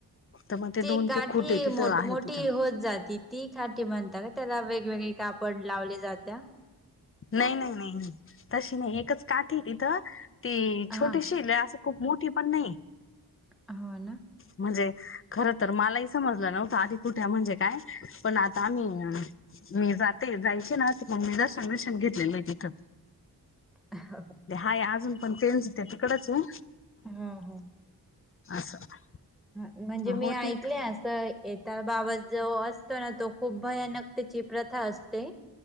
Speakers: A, on the left; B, in the centre.
A: तर मग ते
B: ती
A: दोन
B: काठी
A: ते खुटे तिथं
B: मोठ
A: आहे
B: मोठी
A: तिथं
B: होत जाती. ती काठी म्हणता ना त्याला वेगवेगळे कापड लावले जात्या.
A: नाही नाही नाही तशी नाही एकच काठी आहे तिथं ती
B: हां.
A: छोटीशी लय आहे असं मोठी पण नाही.
B: हो ना.
A: म्हणजे, खर तर मलाही समजलं नव्हतं आधी कुठे म्हणजे काय पण आता आम्ही, मी जाते मी जायचे ना मगं मी दर्शन बिर्शन घेतलेलं आहे तिथं.
B: <inaudible>
A: ते हाय अजून पण तेंच ते तिकडचय.
B: हा हा,
A: असं
B: म्हणजे मी
A: होते
B: ऐकले असं त्याचा बाबत जो असतो ना तो खूप भयानक तेची प्रथा असते.